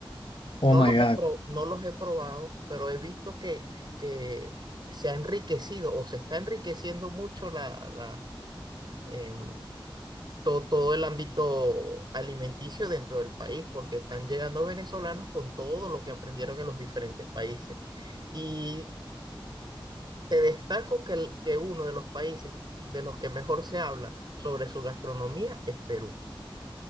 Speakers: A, on the right; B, on the left.
A: No
B: Oh my
A: los
B: God.
A: he, pro- no los he probado, pero he visto que, que se ha enriquecido o se está enriqueciendo mucho la, la, em, to- todo el ámbito alimenticio dentro del país, porque están llegando venezolanos con todo lo que aprendieron en los diferentes países. Y te destaco que, el- que uno de los países de los que mejor se habla sobre su gastronomía es Perú.